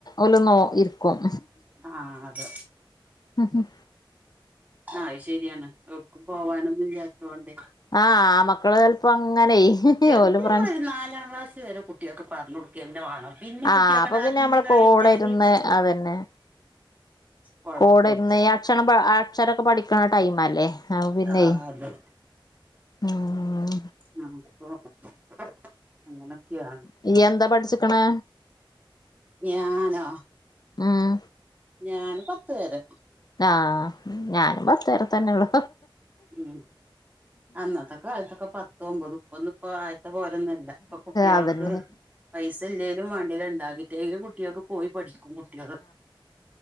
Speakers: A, on the left; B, on the right.
A: ഒന്ന് നോ ഇക്കും
B: ആഹ അതെ
A: ഉം ഉം
B: ആ അത് ശരിയാണ് ഒർക്കും പോവാനൊന്നും ഇല്ലാത്തോണ്ടേ
A: ആഹ് ആ മക്കള് ചിലപ്പോ അങ്ങന
B: ചെറുത്
A: ഓല <unintelligible>
B: നമ്മളൊരു നാലാം ക്ലാസ് വരെ കുട്ടികൾക്ക് പറഞ്ഞു കൊടുക്കന്നെ വേണം പിന്നെ
A: ആഹ്
B: കുട്ടികൾക്കണ്ട്
A: അപ്പൊ പിന്നെ
B: അറിഞ്ഞു
A: നമ്മൾ
B: കഴിഞ്ഞാല്
A: കൂടെ ഇരുന്ന് അതന്നെ
B: കൊഴപ്പല്ല
A: കൂടെ ഇന്ന് ഈ അക്ഷര അക്ഷരൊക്കെ പഠിക്കണ ടൈം അല്ലേ അപ്പൊ പിന്നെ
B: ആഹ് അതെ
A: ഉം
B: ആ അപ്പ അങ്ങനൊക്കെയാണ്
A: <unintelligible> എന്താ പഠിച്ചിക്കണേ
B: ഞാനോ
A: ഉം
B: ഞാന് പത്ത് പേര്
A: ആഹ ഞാനും പത്ത് വരെ തന്നെ ഉള്ളൂ
B: ഉം അന്നത്ത കാലത്തൊക്കെ പത്തോ ഒമ്പത് ഇപ്പ ഒന്നും ഇപ്പ ആഴത്തെ പോലൊന്നല്ല ഇപ്പൊ കുട്ടിയാൾക്ക്
A: അതന്നെ
B: പൈസ ഇല്ലെങ്കിലും വേണ്ടില ഉണ്ടാക്കിട്ടേങ്കിലും കുട്ടികൾക്ക്െ പോയി പഠിക്കും കുട്ടികള്